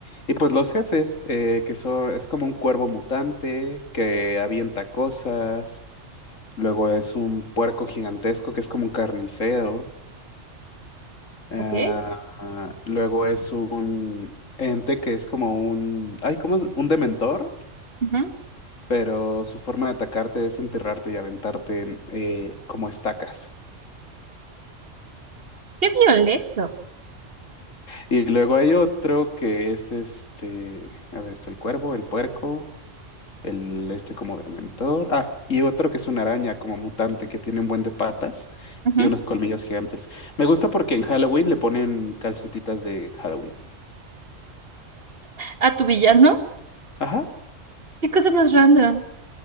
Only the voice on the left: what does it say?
Y pues los jefes, eh, que son, es como un cuervo mutante que avienta cosas. Luego es un puerco gigantesco que es como un carnicero. Ah,
ah, luego es un ente que es como un, ay, ¿cómo? es? Un dementor
pero su forma de atacarte es enterrarte y aventarte en, eh, como estacas.
Y luego hay otro que es este, a ver, es el cuervo, el puerco, el este como de Ah, y otro que es una araña como mutante que tiene un buen de patas
y unos colmillos gigantes. Me gusta porque en Halloween le ponen calcetitas de Halloween.
Ajá.